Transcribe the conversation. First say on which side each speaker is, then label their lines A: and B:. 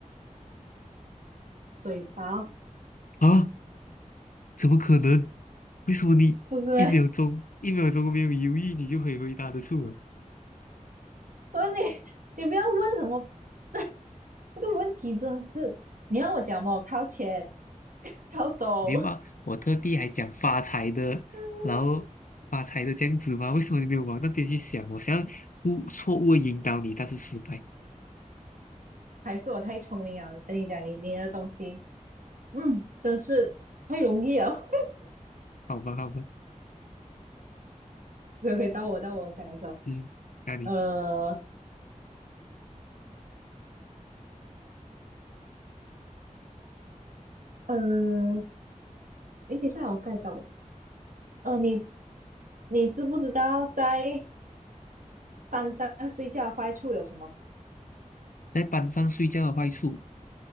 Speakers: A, on the right; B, on the left.
A: 嘴巴
B: 啊？怎么可能？为什么你一秒钟一秒钟没有犹豫，
A: 不是呗？
B: 你就可以回答得出啊
A: 我问你，你不要问什么，<laughs> 这个问题真的是，你让我讲嘛，我靠前，靠手。
B: 没办法，我特地还讲发财的，
A: <laughs>
B: 然后发财的这样子吗？为什么你没有往那边去想？我想要误错误地引导你，但是失败。
A: 还是我太聪明了，跟你讲，你你的东西，嗯，真是太容易了。
B: 好吧，好吧，
A: <laughs> 可以到我到我想的时候，
B: 嗯，那你
A: 呃呃，你等一下我该找，呃，你你知不知道在班上睡觉的坏处有什么？
B: 在班上睡觉的坏处